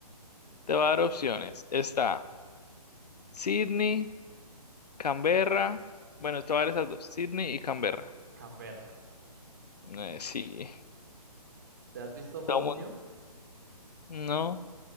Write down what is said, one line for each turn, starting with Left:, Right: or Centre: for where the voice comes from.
Left: Te voy a dar opciones. Está Sydney, Canberra. Bueno, te voy a dar esas dos, Sydney y Canberra.
Right: Canberra.
Left: Eh, sí.
Right: ¿Te has visto Fox
Left: Todo mundo.
Right: News?
Left: No,